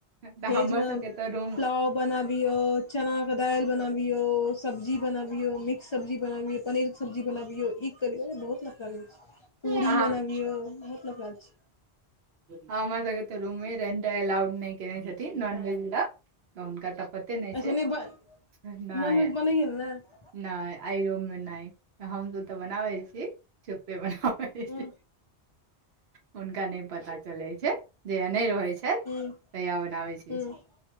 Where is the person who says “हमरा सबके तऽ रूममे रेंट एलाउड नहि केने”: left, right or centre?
Right